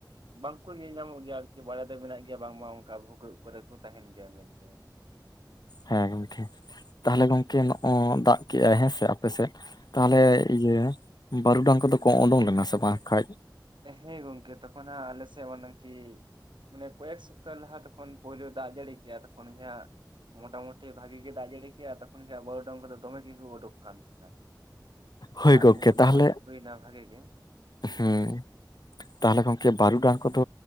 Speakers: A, on the right; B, on the left.
A: ᱵᱟᱝᱠᱚ ᱧᱮᱞ ᱧᱟᱢᱚᱜ ᱜᱮᱭᱟ ᱟᱨᱠᱤ ᱵᱟᱲᱟᱭ ᱫᱚ ᱢᱮᱱᱟᱜ ᱜᱮᱭᱟ ᱵᱟᱝᱢᱟ ᱚᱝᱠᱟ ᱵᱷᱩᱜᱟᱹᱜ ᱠᱚᱨᱮ ᱠᱚ ᱛᱟᱦᱮᱱ ᱜᱮᱭᱟ ᱢᱮᱱᱛᱮ᱾
B: ᱦᱮᱸ ᱜᱚᱢᱠᱷᱮ ᱛᱟᱦᱚᱞᱮ ᱜᱚᱝᱠᱮ ᱱᱚᱜᱼᱚᱭ ᱫᱟᱜ ᱠᱮᱜᱼᱟᱭ ᱦᱮᱸ ᱥᱮ ᱟᱯᱮ ᱥᱮᱫ᱾ ᱛᱟᱦᱚᱞᱮ
A: ᱦᱮᱸ
B: ᱤᱭᱟᱹ ᱵᱟᱹᱨᱩᱰᱟᱝ ᱠᱚᱫᱚ ᱠᱚ ᱳᱸᱰᱳᱝ ᱞᱮᱱᱟ ᱥᱮ ᱵᱟᱝ ᱠᱟᱡ?
A: ᱦᱮᱸ ᱜᱚᱢᱠᱮ, ᱛᱚᱠᱷᱚᱱ ᱦᱟᱸ ᱟᱞᱮ ᱥᱮᱜ ᱢᱟᱱᱮ ᱠᱤ ᱢᱟᱱᱮ ᱠᱚᱭᱮᱠ ᱥᱚᱯᱛᱟ ᱞᱟᱦᱟ ᱛᱚᱠᱷᱚᱱ ᱯᱳᱭᱞᱳ ᱫᱟᱜ ᱡᱟᱹᱲᱤ ᱠᱮᱼᱟ ᱛᱚᱠᱷᱚᱱ ᱦᱮᱭᱟ ᱢᱚᱴᱟᱼᱢᱩᱴᱤ ᱵᱷᱟᱜᱤ ᱜᱮ ᱫᱟᱜ ᱡᱟᱹᱲᱤ ᱠᱮᱜᱼᱟ ᱛᱚᱠᱷᱚᱱ ᱜᱮ ᱦᱟᱸᱜ ᱵᱟᱨᱩᱜᱰᱟᱝ ᱠᱚᱫᱚ ᱫᱚᱢᱮ ᱜᱤ ᱠᱚ ᱚᱰᱳᱠ ᱠᱟᱱ ᱛᱟᱦᱮᱸᱱᱟ᱾
B: ᱦᱳᱭ
A: ᱦᱟᱜᱠᱩ
B: ᱜᱚᱝᱠᱮ
A: ᱢᱳᱴᱟᱼᱢᱩᱴᱤ
B: ᱛᱟᱦᱚᱞᱮ
A: ᱦᱩᱭᱱᱟ ᱵᱷᱟᱞᱮ ᱜᱮ᱾
B: ᱦᱩᱸ, ᱛᱟᱦᱚᱞᱮ ᱜᱚᱝᱠᱮ ᱵᱟᱨᱩᱰᱟᱝ ᱠᱚᱫᱚ